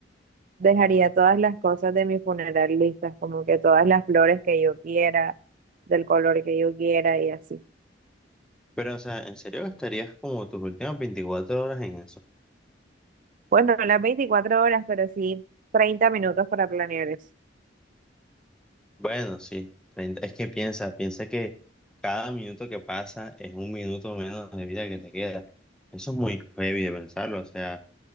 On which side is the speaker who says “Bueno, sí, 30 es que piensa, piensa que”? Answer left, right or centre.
Centre